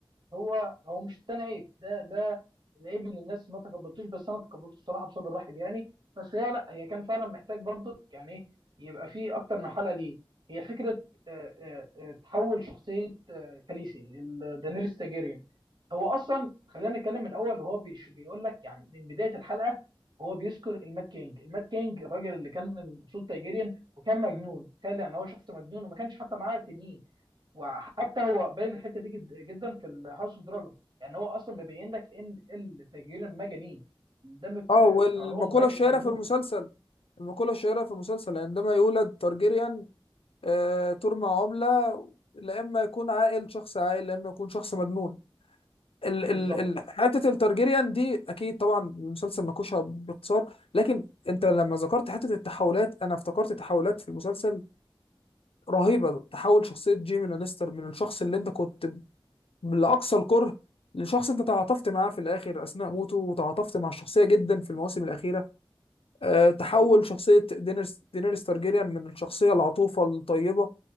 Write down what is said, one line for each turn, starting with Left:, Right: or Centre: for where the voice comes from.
Right: هو هو مش التاني عيب ده ده العيب اللي الناس ما تقبلتوش بس انا تقبلته الصراحه بصدر رحب يعني بس هي لا هي كان فعلا محتاج برضك يعني ايه يبقى فيه اكتر من حلقه ليه هي فكره آه، آه، آه، تحول شخصيه آه، كاليسي ال- دانيريس تاجيريان هو اصلا خلينا نتكلم من الاول هو بيش- بيقول لك يعني من بدايه الحلقه هو بيذكر المات كينج المات كينج الراجل اللي كان من اصول تاجيريان وكان مجنون تخيل يعني هو شخص مجنون وما كانش حتى معاه تنين وحتى هو باين الحته دي جد جدا في الهاوس اوف دراجون يعني هو اصلا مبين لك ان التجرير مجانين الدم في
Left: اه والمقوله
Right: في عروقهم مج-
Left: الشهيره
Right: مجنون
Left: في المسلسل المقولة الشهيرة في المسلسل عندما يولد تارجيريان آه، ترمى عملة لا إما يكون عاقل شخص عاقل لا إما يكون شخص مجنون ال
Right: بالظبط
Left: ال ال حته التارجيريان دي اكيد طبعا المسلسل ناقشها باختصار لكن انت لما ذكرت حته التحولات انا افتكرت تحولات في المسلسل رهيبه تحول شخصيه جيمي لانستر من الشخص اللي انت كنت لاقصى الكره لشخص انت تعاطفت معاه في الاخر اثناء موته وتعاطفت مع الشخصيه جدا في المواسم الاخيره أه تحول
Right: ده حقيقي
Left: شخصيه دينيرس دينيرس تارجيريان من الشخصيه العطوفه الطيبه